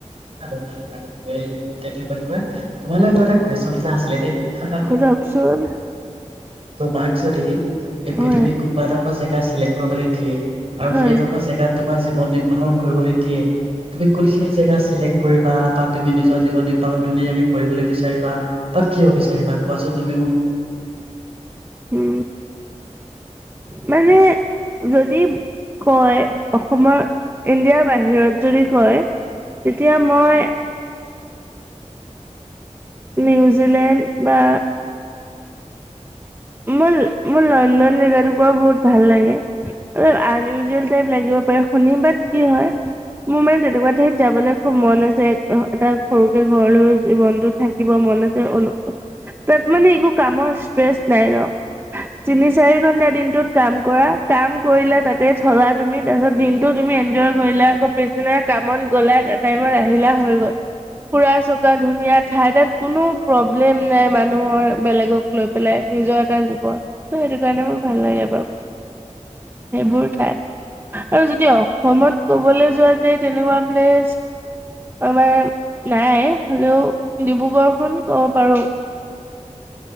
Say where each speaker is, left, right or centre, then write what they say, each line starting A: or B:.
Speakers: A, on the right (about 50°); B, on the right (about 15°).
A: ভাল ভাল ভাল এই এতিয়া কি বুলি কয় তোমালৈ মই এটা কুৱেশন া আছিলে দে হ
B: সোধকচোন?
A: তোমাক যদি এই
B: হয়।
A: পৃথিৱীত কোনোবা এডোখৰ জেগা চিলেক্ট কৰিবলৈ দিয়ে আৰু
B: হয়,
A: সেইডোখৰ জেগাত তোমাৰ জীৱন নিৰ্বাহন কৰিবলৈ দিয়ে তুমি কোনখিন জেগা চিলেক্ট কৰিবা বা তুমি নিজৰ জীৱন ধুনীয়াকে কৰিবলৈ বিচাৰিবা। তাত কিয় বিচাৰিবা কোৱাচোন? তুমি মোক।
B: উ মানে যদি কয় অসমৰ ইণ্ডিয়াৰ বাহিৰত যদি কয় তেতিয়া মই নিউজিলেণ্ড বা মোৰ-মোৰ লণ্ডন জেগাটোকোৰা বহুত ভাল লাগে। অলপ আনইউজুৱেল টাইপ লাগিব পাৰে শুনি বাত কি হয় মোৰ মানে তেনেকুৱা ঠাইত যাবলৈ খুব মন আছে। এটা সৰুকে ঘৰলৈ জীৱনটো থাকিব মন আছে। তাত মানে একো কামৰ ষ্ট্ৰেছ নাই ন তিনি চাৰি ঘন্টা দিনটোত কাম কৰা কাম কৰিলা তাতে থলা তুমি তাৰপিছত দিনটো তুমি এনজয় কৰিলা আকৌ পিছদিনা কামত গ'লা এটা টাইমত আহিলা হৈ গ'ল। ফুৰা চকা ধুনীয়া ঠাই তাত কোনো প্ৰব্লেম নাই মানুহৰ বেলেগক লৈ পেলাই। নিজৰ এটা জীৱন ত সেইটো কাৰণে মোৰ ভাল লাগে বাৰু সেইবোৰ ঠাই আৰু যদি অসমত কবলৈ যোৱা যে তেনেকুৱা প্লেছ মানে নাই হলেও ডিব্ৰুগড়খন কব পাৰো।